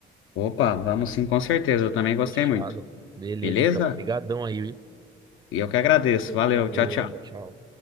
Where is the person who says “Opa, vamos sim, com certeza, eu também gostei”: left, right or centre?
Left